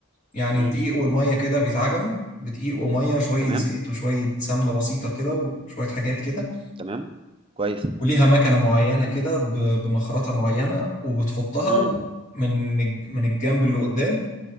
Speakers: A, on the left (about 35°); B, on the right (about 25°).
A: يعني
B: امم
A: الدقيق والمية كده بيتعجنوا بدقيق ومية شوية
B: تمام
A: زيت وشوية سمنة بسيطة كده وشوية حاجات كده
B: تمام كويس
A: وليها مكنة معينة كده ب- بمخرطة معينة وبتحطها
B: امم
A: و- من الج- من الجنب اللي قدام